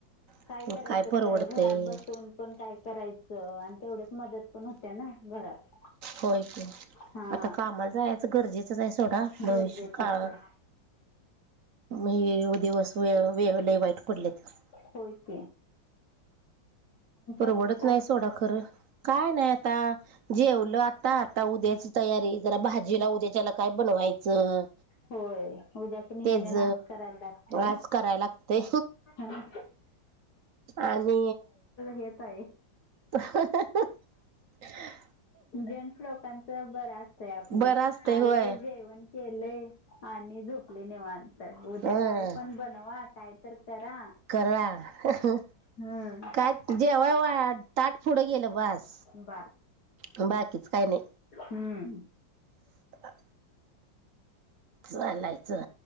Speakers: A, on the right; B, on the left.
A: मग
B: काय करायचं
A: परवडतंय
B: खरं घरात बसून पण काय करायचं आणि तेवढच मदत पण होत्या ना घरात
A: हो क
B: हा
A: आता कामाला जायचं गरजेचंच आहे सोडा भविष्य
B: गरजेचंच
A: काळ
B: आहे
A: म दिवस व वे वाईट पडले तर
B: होयक
A: परवडत
B: काय
A: नाही
B: काय
A: सोडा खरं काय नाही आता जेवलं आता आता उद्याच तयारी त्याला भाजी ला उद्या त्याला काय बनवायचं
B: होय उद्याच नियोजन
A: तेच
B: आज करायला लागतय
A: आज करायला लागतय
B: हम्म
A: आणि
B: येत आहे
A: ह
B: जं्स लोकांच बर असतंय आपलं
A: बरं असतय
B: आले
A: होय
B: जेवण केले आणि झोपले निवांतय उद्या
A: अं
B: काय पण बनवा कायतर करा
A: करा-काय
B: हम्म
A: जेवाय वा- ताट फुढं गेलं बास
B: बास
A: बाकीच काई नई
B: हम्म
A: <unintelligible> ह चालायचं